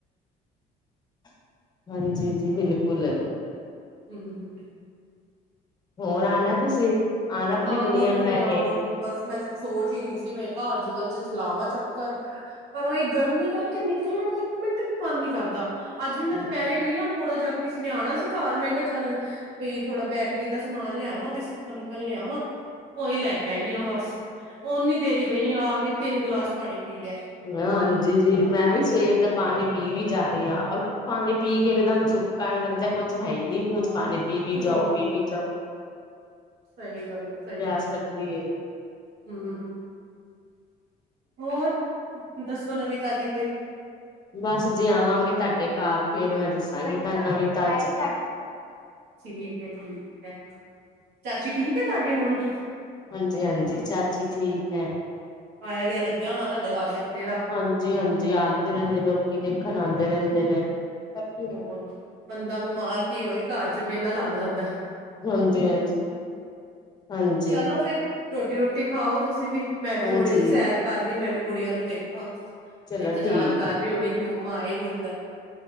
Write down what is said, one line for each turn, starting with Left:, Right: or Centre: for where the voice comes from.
Left: <unintelligible> ਹਾਂਜੀ, ਜੀ ਬਿਲਕੁਲ
Right: ਹੂੰ, ਹੂੰ, ਹੂੰਅ
Left: ਹੋਰ ਆਣਾ ਤੁਸੀਂ? ਆਣਾ ਆਪਣੀ
Right: ਆਵਾਂਗੀ,
Left: ਕੁੜੀਆਂ ਨੂੰ ਲੈ
Right: ਆਵਾਂਗੀ,
Left: ਕੇ
Right: ਬਸ ਮੈਂ ਸੋਚ ਈ ਰਹੀ ਸੀ। ਮੈਂ ਕਿਹਾ ਅੱਜ-ਕੱਲ ਚ ਚਲਾਵਾਂ ਚੱਕਰ ਪਰ, ਉਹ ਇਹ ਗਰਮੀ ਕਰਕੇ ਨਿਕਲਣ ਦਾ ਇੱਕ ਮਿੰਟ ਵੀ ਮਨ ਨੀ ਕਰਦਾ। ਅੱਜ
Left: ਹਾਂਜੀ
Right: ਵੀ ਮੈਂ ਦੁਪਹਿਰੇ ਗਈ ਆ। ਥੋੜ੍ਹਾ ਜਿਹਾ ਕਿਸੇ ਨੇ ਆਣਾ ਸੀ ਘਰ। ਮੈਂ ਕਿਹਾ ਚੱਲ ਬਈ ਥੋੜਾ ਬੈਕਰੀ ਦਾ ਸਮਾਨ ਲਿਆਵਾਂ ਬਿਸਕੁਟ ਨਮਕਨ ਲਿਆਵਾਂ ਓਹੀ ਲੈ ਕੇ ਆਈ ਆਂ ਬਸ। ਓਨੀ ਦੇਰ ਈ ਗਈ ਆ ਕੇ ਤਿੰਨ ਗਲਾਸ ਪਾਣੀ ਪੀ ਲਿਆ
Left: ਹਾਂਜੀ ਜੀ, ਮੈਂ ਵੀ ਸਵੇਰ ਦਾ ਪਾਨੀ ਪੀ ਵੀ ਜਾ ਰਏ ਆ। ਔਰ ਪਾਨੀ ਪੀ ਕੇ ਇੱਕਦਮ ਸੁੱਕਾ ਲੱਗਦਾ ਕੁੱਛ ਹੈ ਹੀ ਨੀ ਮੂੰਅ ਚ'। ਪਾਣੀ ਪੀ ਵੀ
Right: ਹਮ
Left: ਜਾਓ, ਪੀ ਵੀ ਜਾਓ।
Right: ਸਹੀ ਗੱਲ
Left: ਬ
Right: ਹੈ ਸਹੀ
Left: ਪਿਆਸ
Right: ਗੱਲ
Left: ਲੱਗਦੀ ਹੈ।
Right: ਹਮ ਹੋਰ ਦੱਸੋ ਨਵੀਂ ਤਾਜ਼ੀ ਕੋਈ
Left: ਬਸ ਜੀ ਆਵਾਂਗੇ ਤੁਹਾਡੇ ਘਰ ਫੇਰ ਮੈਂ ਦੱਸਾਂਗੀ ਤੁਹਾਨੂੰ ਵੀਂ ਤਾਜ਼ੀ
Right: ਠੀਕ ਹੈ, ਠੀਕ ਹੈ ਚਾਚੀ ਠੀਕ ਹੈ ਤੁਹਾਡੇ ਹੁਣ
Left: ਹਾਂਜੀ-ਹਾਂਜੀ ਚਾਚੀ ਠੀਕ ਹੈ।
Right: ਆਇਆ ਗਿਆ ਲੱਗਿਆ ਹੋਣਾ ਤੁਹਾਡੇ ਘਰ ਤੇ ਬਥੇਰਾ
Left: ਹਾਂਜੀ-ਹਾਂਜੀ ਆਦੇ ਰਹਿੰਦੇ ਲੋਕੀ ਦੇਖਣ ਆਦੇ ਰਹਿੰਦੇ ਨੇ, ਹਾਂਜੀ
Right: ਹੋ ਬੰਦਾ ਬਿਮਾਰ ਕੀ ਹੋਏ ਘਰ ਚ ਮੇਲਾ ਲੱਗ ਜਾਂਦਾ।
Left: ਹਾਂਜੀ, ਹਾਂਜੀ, ਹਾਂਜੀ
Right: ਚਲੋ ਫੇਰ ਰੋਟੀ ਰੁਟੀ ਖਾਓ ਤੁਸੀਂ ਵੀ ਮੈਂ ਵੀ
Left: ਹਾਂਜੀ
Right: ਥੋੜ੍ਹੀ ਜਿਹੀ ਸੈਰ ਕਰ ਲਈ ਮੈਂ ਵੀ ਕੁੜੀਆਂ ਨੂੰ ਦੇਖਾ
Left: ਚਲੋ
Right: ਇੰਤਜ਼ਾਰ
Left: ਠੀਕ
Right: ਕਰ ਰਹੇ ਹੋਣੇ ਕਿ ਮੰਮਾ ਆਏ ਨੀ ਅੰਦਰ।